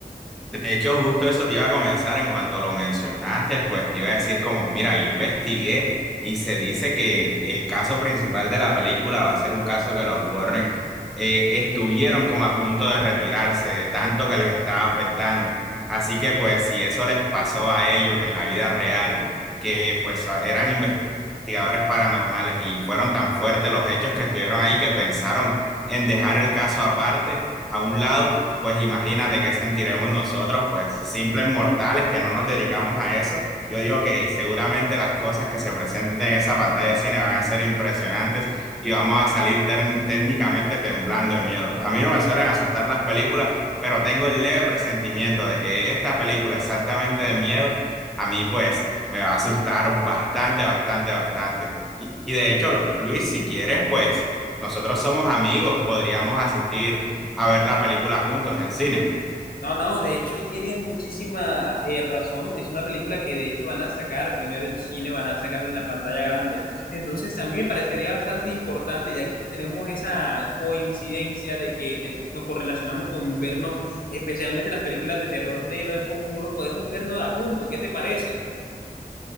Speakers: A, in the centre; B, on the left (about 75°).
A: De hecho, justo eso te iba a comenzar en cuanto lo mencionaste, pues te iba a decir como, mira, yo investigué y se dice que el caso principal de la película va a ser un caso que los Warren eh, estuvieron como a punto de retirarse de tanto que les estaba afectando. Así que pues si eso les pasó a ellos en la vida real, que pues eran investigadores paranormales y fueron tan fuertes los hechos que estuvieron ahí que pensaron en dejar el caso aparte a un lado, pues imagínate qué sentiremos nosotros, pues simples mortales que no nos dedicamos a eso. Yo digo que seguramente las cosas que se presenten en esa pantalla de cine van a ser impresionantes y vamos a salir tern- técnicamente temblando de miedo. A mí no me suelen asustar las películas, pero tengo el leve presentimiento de que esta película exactamente de miedo, a mí pues me va a asustar bastante, bastante, bastante. Y y de hecho, lo- Luis, si quieres, pues nosotros somos amigos, podríamos asistir a ver la película juntos en cine.
B: No, no, de hecho tienes muchísima eh, razón. Es una película que de hecho van a sacar primero en cine, van a sacarla en la pantalla grande. Entonces a mí me parecería bastante importante, ya que tenemos esa coincidencia de que te- nos correlacionamos con vernos, especialmente las películas de terror de lo del Conjuro, podemos vernoslas juntos. ¿Qué te parece?